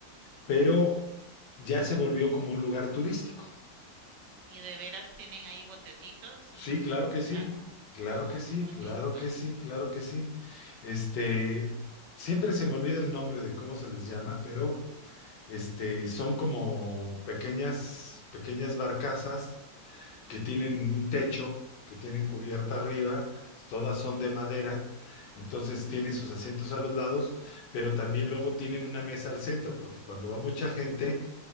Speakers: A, on the left (about 80°); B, on the right (about 75°).
A: pero ya se volvió como un lugar turístico.
B: ¿Y de veras tienen ahí botecitos
A: Sí,
B: en,
A: claro
B: en
A: que sí,
B: el agua?
A: claro
B: ¡Ah,
A: que sí,
B: qué bonito!
A: claro que sí, claro que sí. Este, siempre se me olvida el nombre de cómo se les llama, pero este, son como pequeñas, pequeñas barcazas que tienen un techo, que tienen cubierta arriba, todas son de madera, entonces
B: Mm,
A: tiene sus asientos a los lados, pero también luego tienen una mesa al centro, porque cuando va mucha gente,